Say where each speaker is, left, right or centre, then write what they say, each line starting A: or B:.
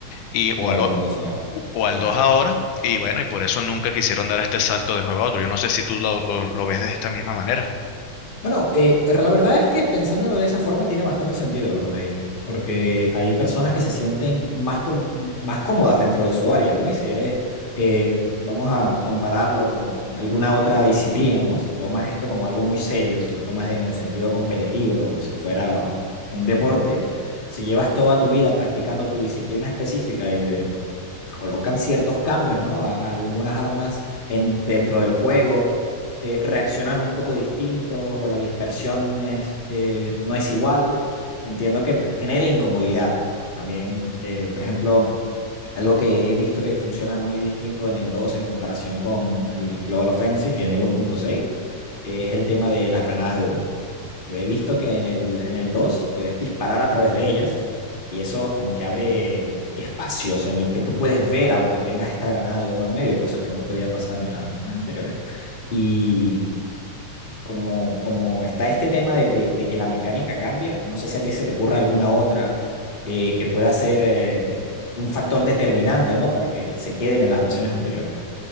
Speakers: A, on the left (about 80°); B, on the left (about 20°).
A: y,
B: O
A: o,
B: al
A: al, o,
B: 2 ahora.
A: o al
B: Claro.
A: 2 ahora, y bueno, y por eso nunca quisieron dar este salto de juego a otro. Yo no sé si tú lo, lo, lo ves de esta misma manera.
B: Bueno, eh, la verdad es que pensándolo de esa forma tiene bastante sentido lo que me dices, porque hay personas que se sienten más, com- más cómodas dentro de su área, ¿no? Y si eres, eh, vamos a compararlo con alguna otra disciplina, ¿no? Si tomas esto como algo muy serio, si lo tomas en el sentido competitivo, como si fuera un deporte, si llevas toda tu vida practicando tu disciplina específica y le colocan ciertos cambios, ¿no? A, a algunas armas en, dentro del juego, eh, reaccionan un poco distintos o la dispersión es, eh, no es igual. Entiendo que pues, genera incomodidad. También, eh, por ejemplo, algo que he visto que funciona muy distinto en el 2 en comparación con el Global Offensive y en uno punto seis es el tema de las granadas de humo. Yo he visto que en el, en el 2 puedes disparar a través de ellas y eso como que abre espacios en los que tú puedes ver aunque tengas esta granada de humo en medio, cosa que no podía pasar en las versiones anteriores. Y como, como está este tema de, de, de que la mecánica cambia, no sé si a ti se te ocurra alguna otra eh, que pueda ser eh, un factor determinante, ¿no? Para que se queden en las versiones anteriores.